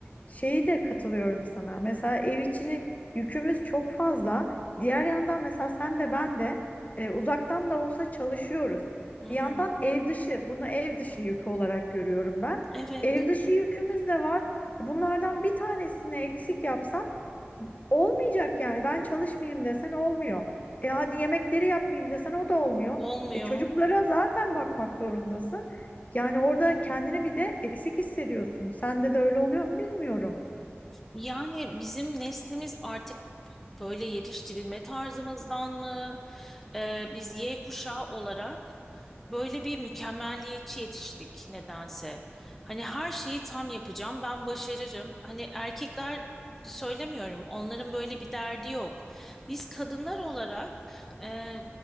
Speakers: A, on the left; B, in the centre.
A: şeyi de katılıyorum sana mesela ev içi yükümüz çok fazla diğer yandan mesela sen de ben de e, uzaktan da olsa çalışıyoruz
B: Hı
A: bir
B: hı.
A: yandan ev dışı bunu ev dışı yükü olarak görüyorum ben
B: Evet,
A: ev dışı yükümüz de var bunlardan bir tanesini eksik yapsan Olmayacak yani. Ben çalışmayayım desen olmuyor. E hadi yemekleri yapmayayım desen o da olmuyor.
B: olmuyor.
A: E çocuklara zaten bakmak zorundasın. Yani orada kendini bir de eksik hissediyorsun. Sende de öyle oluyor mu bilmiyorum.
B: Yani bizim neslimiz artık böyle yetiştirilme tarzımızdan mı? Ee, biz Y kuşağı olarak böyle bir mükemmeliyetçi yetiştik nedense. Hani her şeyi tam yapacağım, ben başarırım. Hani erkekler söylemiyorum, onların böyle bir derdi yok. Biz kadınlar olarak e,